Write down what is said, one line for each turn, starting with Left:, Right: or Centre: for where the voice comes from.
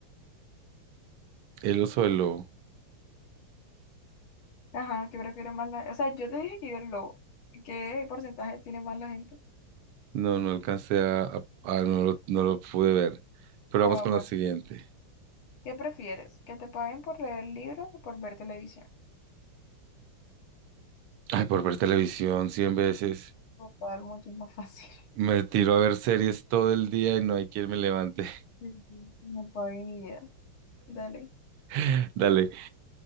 Right: El oso del lobo.
Left: Ajá, qué prefiere más la... O sea, yo te dije que yo el lobo. ¿Qué porcentaje tiene más la gente?
Right: No, no alcancé a, a- a- no lo, no lo pude ver. Pero
Left: Ah,
Right: vamos con
Left: bueno.
Right: la siguiente.
Left: ¿Qué prefieres? ¿Que te paguen por leer libros o por ver televisión?
Right: Ay, por ver televisión cien veces.
Left: Total, mucho más fácil.
Right: Me tiro a ver series todo el día y no hay quien me levante.
Left: Ujú. No tengo ni idea. Dale.
Right: <laughs> Dale.